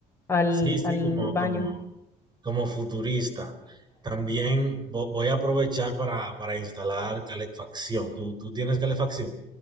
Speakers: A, on the left; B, on the right.
A: al,
B: Sí,
A: al
B: sí, como,
A: baño.
B: como, como futurista. También vo- voy a aprovechar para, para instalar calefacción. ¿Tú, tú tienes calefacción?